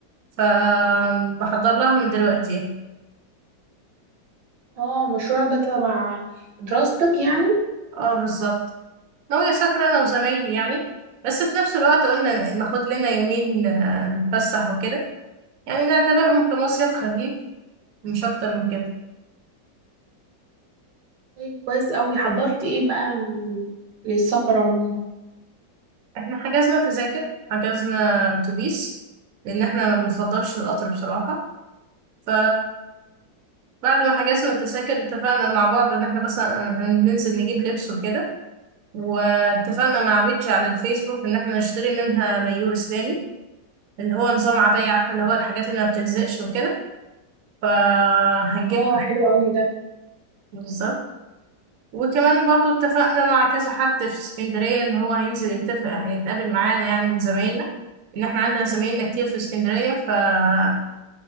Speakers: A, on the right; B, on the right.
A: فبحضر لها من دلوقتي يعني
B: اه المشروع ده تبع دراستك يعني
A: اه بالظبط ناوية أسافر أنا وزمايلي يعني بس في نفس الوقت قلنا ناخد لنا يومين آه، نتفسح وكده يعني نعتبرهم كمصيف خفيف مش أكتر من كده
B: طيب كويس قوي حضرتي ايه بقى للسفر عموما
A: احنا حجزنا تذاكر حجزنا أتوبيس لأن احنا ما بنفضلش القطر بصراحة ف بعد ما حجزنا التذاكر اتفقنا مع بعض ان احنا بس آه، هننزل نجيب لبس وكده واتفقنا مع بيج على الفيسبوك ان احنا نشتري منها مايو اسلامي اللي هو نظام عباية عارفة اللي هو الحاجات اللي ما بتلزقش وكده فهنجيبها
B: اه حلو قوي ده
A: بالظبط وكمان برضو اتفقنا مع كذا حد في اسكندرية ان هو هينزل يتفق هيتقابل معانا يعني من زمايلنا ان احنا عندنا زمايلنا كتير في اسكندرية فاتفقوا